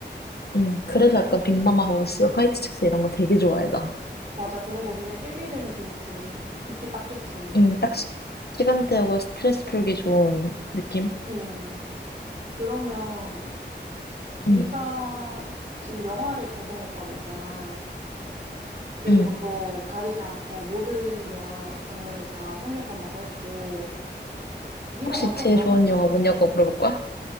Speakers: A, on the left; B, on the right.
A: 음, 그래서 약간 빅마마 하우스, 화이트 칙스 이런 거 되게 좋아해, 나.
B: 맞아, 그런 거 그냥 낄낄대면서 웃지. 웃기 딱 좋지.
A: 음, 딱 시, 간대하고 스트레스 풀기 좋은 느낌?
B: 응. 그러면, 네가
A: 음,
B: 지금 영화를 전공했다고 했잖아. 그리고
A: 음.
B: 또 가리지 않고 모든 영화 장르를 다 섭렵한다고 했고, 네가
A: 혹시
B: 봤던
A: 제일
B: 영화
A: 좋아하는
B: 중에서
A: 영화 뭐냐고 물어볼 거야?